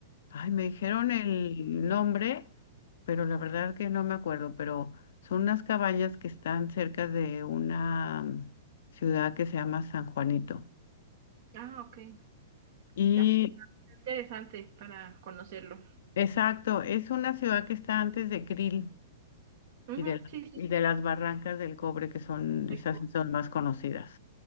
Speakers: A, on the left; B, on the right.
A: ay, me dijeron el nombre, pero la verdad que no me acuerdo, pero son unas cabañas que están cerca de una mm, ciudad que se llama San Juanito.
B: Ah, ok.
A: Y
B: Está interesante para conocerlo.
A: exacto, es una ciudad que está antes de Krill
B: Ujú,
A: y de, la-
B: Sí, sí,
A: y de las Barrancas del Cobre, que son
B: sí.
A: esas sí son más conocidas.